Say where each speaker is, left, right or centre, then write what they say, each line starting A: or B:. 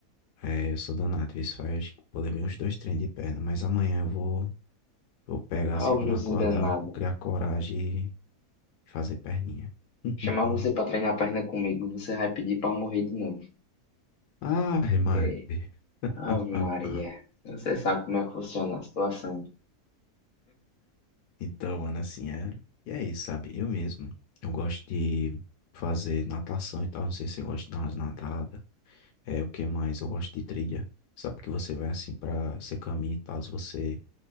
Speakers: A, on the left; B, on the left.
A: É, eu sou danado, isso faz, eu levei uns dois treinos de perna, mas amanhã eu vou, eu vou pegar
B: Álvarozinho
A: assim quando eu acordar,
B: danado.
A: vou criar coragem e fazer perninha. <laughs>
B: Chamar você pra treinar a perna comigo, você vai pedir pra morrer de novo,
A: Ah,
B: sem
A: Mari.
B: querer.
A: <laughs>
B: Ave Maria, você sabe como é que funciona a situação.
A: Então, mano, assim, é. E é isso, sabe? Eu mesmo. Eu gosto de fazer natação e tal. Não sei se você gosta de dar umas nadadas. É, o que mais? Eu gosto de trilha. Sabe que você vai assim pra. Você caminha e tal. Você